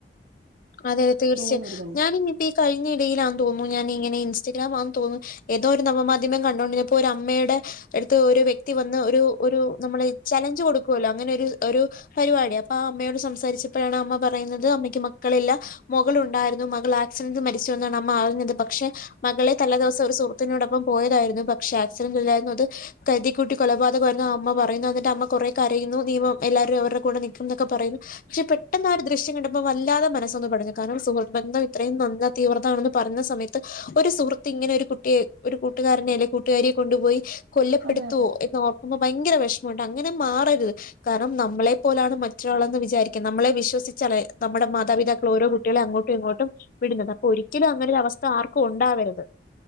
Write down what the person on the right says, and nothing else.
പോകുന്ന ഒരു ബന്ധം
അതെ അതെ